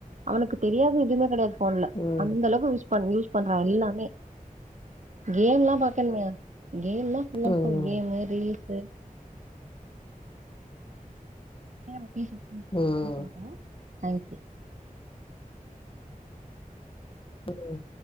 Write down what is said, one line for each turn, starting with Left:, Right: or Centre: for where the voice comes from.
Right: அவனுக்கு தெரியாது எதுவுமே கெடையாது ஃபோன்ல
Left: ம்
Right: அந்த அளவுக்கு யூஸ் பண் யூஸ் பண் யூஸ் பண்றா எல்லாமே கேம்லா பாக்கணுமே கேம் தா ஃபுல்
Left: ம்
Right: அண்ட் ஃபுல் கேமு ரீல்ஸ்சு <unintelligible>
Left: ம் ம் ம்